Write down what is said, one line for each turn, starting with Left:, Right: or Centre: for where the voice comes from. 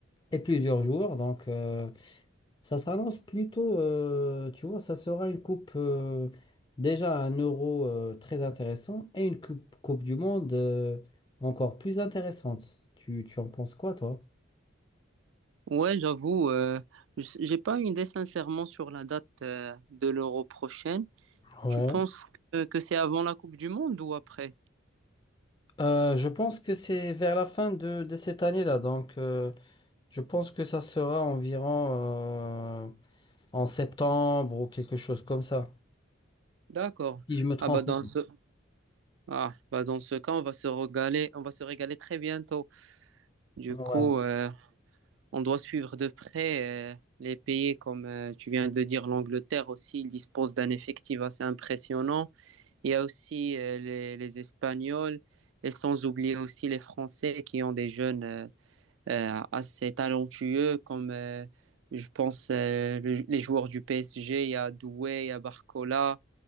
Left: et plusieurs joueurs. Donc, euh, ça s'annonce plutôt, euh, tu vois, ça sera une coupe euh, déjà un euro euh, très intéressant et une coupe, coupe du monde euh, encore plus intéressante. Tu, tu en penses quoi, toi?
Right: Ouais, j'avoue, euh, j- j'ai pas une idée sincèrement sur la date euh, de l'Euro prochaine.
Left: Ouais.
Right: Tu penses que, que c'est avant la Coupe du Monde ou après?
Left: Euh, je pense que c'est vers la fin de, de cette année-là. Donc, euh, je pense que ça sera environ euh, en septembre ou quelque chose comme ça.
Right: D'accord.
Left: Si je me trompe.
Right: Ah bah dans ce ah bah dans ce cas, on va se régaler, on va se régaler très bientôt. Du
Left: pas.
Right: coup,
Left: Ouais.
Right: euh, on doit suivre de près euh, les pays comme euh, tu viens de dire, l'Angleterre aussi, ils disposent d'un effectif assez impressionnant. Il y a aussi euh, les, les Espagnols et sans oublier aussi les Français qui ont des jeunes. euh, euh, assez talentueux comme euh, je pense euh, le- les joueurs du PSG, il y a Doué, il y a Barcola,